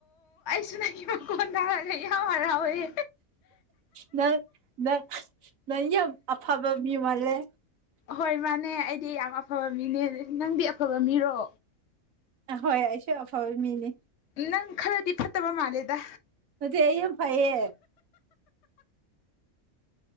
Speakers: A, on the left; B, on the right.
A: ꯅ ꯀꯣꯟꯗꯔ ꯑꯣꯏ
B: ꯅꯪ ꯅ ꯅꯪ ꯑꯕ ꯃꯤ ꯃꯂꯦ
A: ꯍꯣꯏ ꯃꯥꯅꯦ ꯑꯩꯗꯤ ꯌꯥꯝ ꯑꯐꯕ ꯃꯤꯅꯦ ꯅꯪꯗꯤ ꯑꯐꯕ ꯃꯤꯔꯣ
B: ꯑ ꯍꯣꯏ ꯑꯩꯁꯨ ꯑꯐꯕ ꯃꯤꯅꯦ
A: ꯅꯪ ꯈꯔꯗꯤ ꯐꯠꯇꯕ ꯃꯥꯜꯂꯦꯗ
B: ꯃꯗꯤ ꯐꯌꯦꯦ